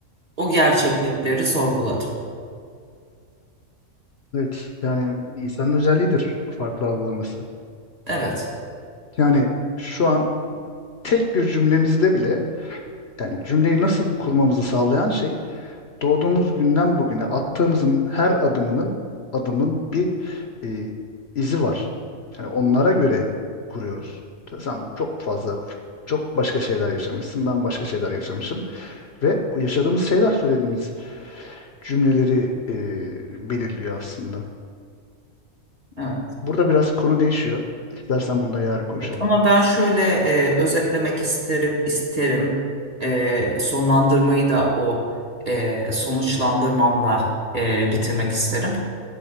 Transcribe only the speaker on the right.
o gerçeklikleri sorguladım.
Evet.
Evet,
evet. Ama ben şöyle e, özetlemek isterim, isterim. E, sonlandırmayı da o e, sonuçlandırmamla e, bitirmek isterim.